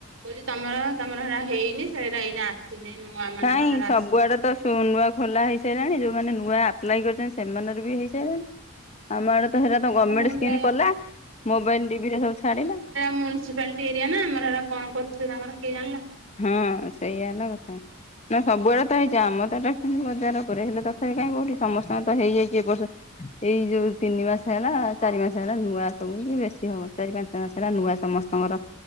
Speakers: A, on the right; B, on the left.
A: କହୁଚି ତମର ତମର ଏଟା ହେଇନି ସେଇଟା ହେଇନି ଆସିନି ନୂଆ ମାନେ
B: କାଇଁ
A: କାହାର
B: ସବୁଆଡେ
A: ଆସିନି।
B: ତ ନୂଆ ଖୋଲା ହେଇସାରିଲାଣି ଯୋଉମାନେ ନୂଆ ଆପ୍ଲାଏ କରିଛନ୍ତି ସେମାନେର ବି ହେଇସାରିଲାଣି। ଆମ ଆଡ ତ ହେଟ ତ ଗମେଣ୍ଟ
A: କଣ
B: ସ୍କିମ କଲା ମୋବାଇଲ ଟିଭିରେ ସବୁ ଛାଡିଲା।
A: ମୁୁନିସିପାଲଟି ଏରିଆ ନା ଆମର ଏଟା କଣ କରୁ ତାଙ୍କର କିଏ ଜାଣିଲା।
B: ହଁ ସେଇଆ ହେଲା କଥା। ନା ସବୁଆଡେ ତ ହେଇଚି ଆମ ତ ଏଟା ବଜାର ଉପରେ ହେଲେ ତଥାପି କାଇଁ କୋଉଠି ସମସ୍ତଙ୍କ ତ ହେଇଯାଇଚି ଏ ବର୍ଷ। ଏଇ ଯୋଉ ତିନି ମାସ ହେଲା ଚାରି ମାସ ହେଲା ନୂଆ ସବୁ ବେଶୀ ହବ ଚାରି ପାଞ୍ଚ ମାସ ହେଲା ନୂଆ ସମସ୍ତେ ତମର